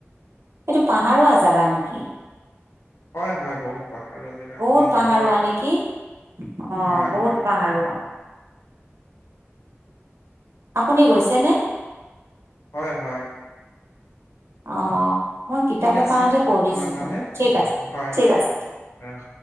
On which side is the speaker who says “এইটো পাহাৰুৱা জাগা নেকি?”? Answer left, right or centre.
Right